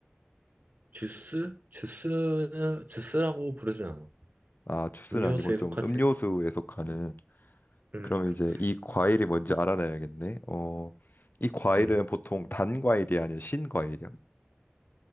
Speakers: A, on the right (about 45°); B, on the left (about 50°).
A: 주스? 주스는 주스라고 부르진 않아.
B: 아, 주스는
A: 음료수에
B: 아니고 좀
A: 속하지?
B: 음료수에 속하는.
A: 음,
B: 그럼
A: 그렇지.
B: 이제 이 과일이 뭔지 알아내야겠네. 어, 이 과일은
A: 음.
B: 보통 단 과일이 아니라 신 과일이야.